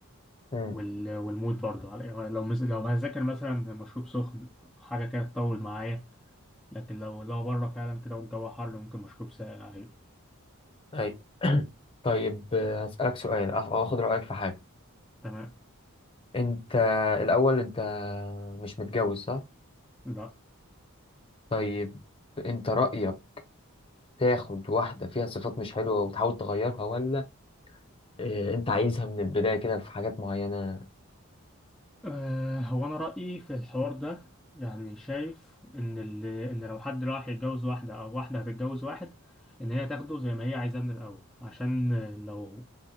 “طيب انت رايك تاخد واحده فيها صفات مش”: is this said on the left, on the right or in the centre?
Left